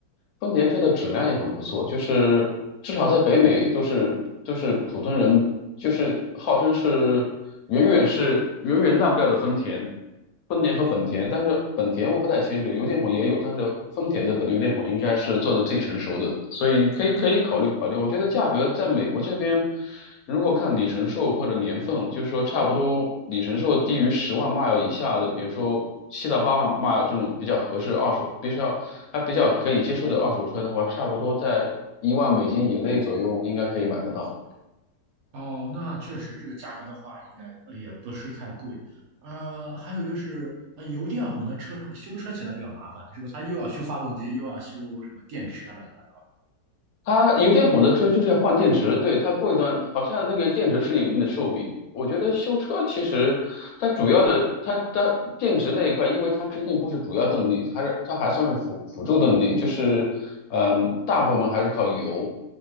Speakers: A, on the left; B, on the right.
A: 丰田车的质量也很不错，就是至少在北美都是都是普通人，就是号称是远远是远远烂不掉的丰田，丰田和本田，但是本田我不太清楚，油电混也有，但是丰田的本油电混应该是做的最成熟的，所以你可以可以考虑考虑，我觉得价格在美国这边。如果看里程数或者年份，就是说差不多里程数低于十万 mile 以下的，比如说七到八万 mile 这种比较合适二手，必须要还比较可以接受的二手车的话，差不多在一万美金以内左右应该可以买得到。
B: 哦，那确实这个价格的话，应该呃也不是太贵。呃，还有就是，呃，油电混的车是不是修车起来比较麻烦？是不是它又要修发动机，又要修什么电池啊，乱七八
A: 它油电混的车就是要换电池，对，它过一段好像那个电池是有一定的寿命。我觉得修车其实它主要的，它它电池那一块，因为它毕竟不是主要动力，还是它还算是辅辅助动力，就是嗯、大部分还是靠油，